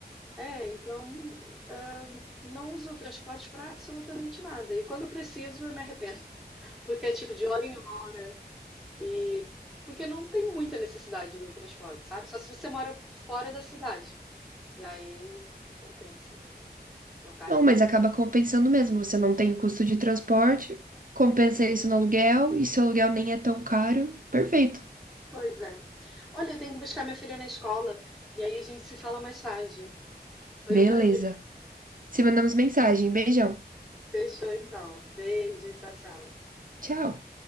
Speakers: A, in the centre; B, on the right.
A: É, então, ah, não uso o transporte para absolutamente nada. E quando preciso, eu me arrependo, porque é tipo de hora em hora. E porque não tem muita necessidade do transporte, sabe? Só se você mora fora da cidade. E aí compensa ter um carrinho.
B: Não, mas acaba compensando mesmo. Você não tem o custo de transporte, compensa isso no aluguel, e se o aluguel nem é tão caro, perfeito.
A: Pois é. Olha, eu tenho que buscar minha filha na escola. E aí a gente se fala mais tarde. Foi
B: Beleza.
A: um prazer.
B: Se mandamos mensagem. Beijão.
A: Fechou então. Beijo, tchau, tchau.
B: Tchau.